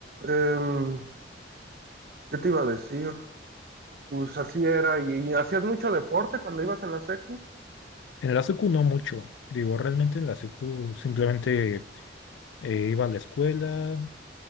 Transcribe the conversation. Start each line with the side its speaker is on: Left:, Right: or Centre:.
Right: em, ¿qué te iba a decir? Pues así era, y, y hacías mucho deporte cuando ibas en la secu.
Left: En la secu no mucho. Digo, realmente en la secu simplemente eh, iba a la escuela,